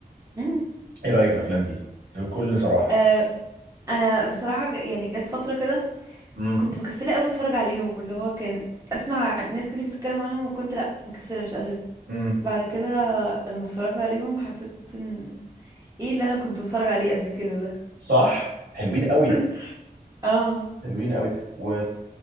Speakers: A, on the right (about 20°); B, on the right (about 90°).
A: مم.
B: ايه رايك في الافلام دي بكل صراحه
A: آه، انا بصراحه ج- يعني جت فتره كده
B: امم
A: كنت مكسله قوي اتفرج عليهم اللي هو كان اسمع ناس كتير بتتكلم عنهم وكنت لا مكسله مش قادره
B: امم
A: بعد كده لما اتفرجت عليهم حسيت ان ايه اللي انا كنت بتفرج عليه قبل كده ده
B: صح حلوين قوي
A: <laughs> اه
B: حلوين قوي و...